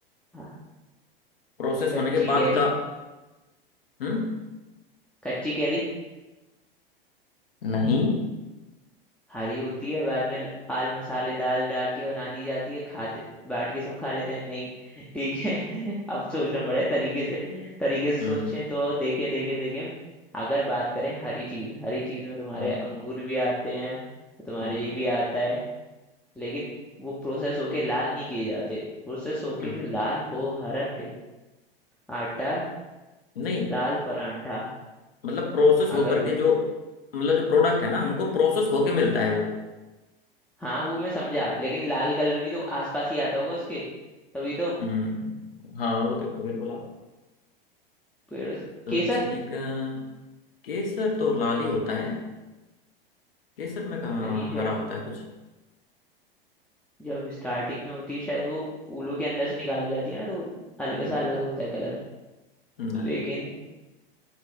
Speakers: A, in the centre; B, on the left.
A: हाँ
B: प्रोसेस
A: कच्ची
B: होने के बाद
A: कैरी
B: का हम्म
A: कच्ची कैरी
B: नहीं
A: हरी होती है बाद में आल मसाले दाल डाल के बना दी जाती है खाते बैठ के सब खा लेते हैं नहीं ठीक है <laughs> अब सोचना पड़ेगा तरीके से तरीके से
B: हम्म
A: सोचें तो देखें देखें देखें अगर बात करें हरी चीज हरी चीज में तुम्हारे
B: हम्म
A: अंगूर भी आते हैं तुम्हारे
B: हम्म
A: ये भी आता है लेकिन वो प्रोसेस होके लाल नहीं किए जाते प्रोसेस होके
B: हम्म।
A: जो लाल हो हरा टिम- आटा
B: नहीं
A: लाल परांठा
B: मतलब प्रोसेस होकर
A: अगर
B: के जो मतलब जो प्रोडक्ट है ना हमको
A: हम्म,
B: प्रोसेस होके मिलता है वो
A: हाँ वो मैं समझा लेकिन लाल कलर भी तो आसपास ही आता होगा उसके तभी तो
B: हम्म हाँ वो देखो बिल्कुल आप
A: पेड़ों से
B: सोचने
A: केसर
B: का केसर तो लाल ही होता है केसर में कहाँ
A: नहीं शायद
B: हरा होता है कुछ
A: जब स्टार्टिंग में होती है शायद वो फूलों के अंदर से निकाली जाती है ना तो वो हल्का
B: हम्म,
A: सा अलग होता है कलर
B: नहीं
A: लेकिन
B: नहीं